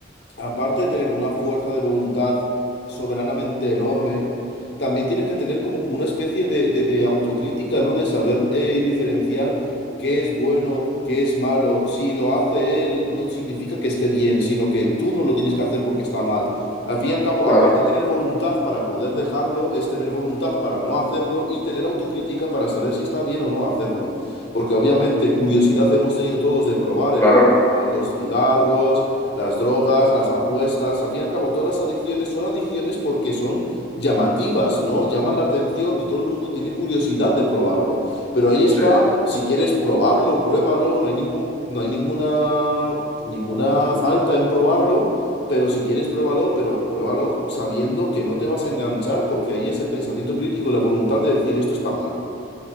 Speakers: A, on the left (about 60°); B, on the left (about 20°).
A: aparte de tener una fuerza de voluntad soberanamente enorme, también tienes que tener como una especie de, de- de autocrítica, ¿no? De saber eh, diferenciar qué es bueno, qué es malo. Si lo hace él, no significa que esté bien, sino que tú no lo tienes que hacer porque está mal. Al fin y al cabo,
B: claro,
A: aparte de tener voluntad para poder dejarlo, es tener voluntad para no hacerlo y tener autocrítica para saber si está bien o no hacerlo. Porque obviamente curiosidad hemos tenido todos de probar
B: claro.
A: el alcohol, los cigarros las drogas, las apuestas, al fin y al cabo, todas las adicciones son adicciones porque son llamativas, ¿no? Llaman la atención y todo el mundo tiene curiosidad de probarlo. Pero ahí está,
B: Sí,
A: si quieres probarlo, pruébalo, no hay ningún, no hay ninguna, ninguna falta en probarlo. Pero si quieres, pruébalo, pero pruébalo sabiendo que no te vas a enganchar porque ahí es el pensamiento crítico, la voluntad de decir esto está mal.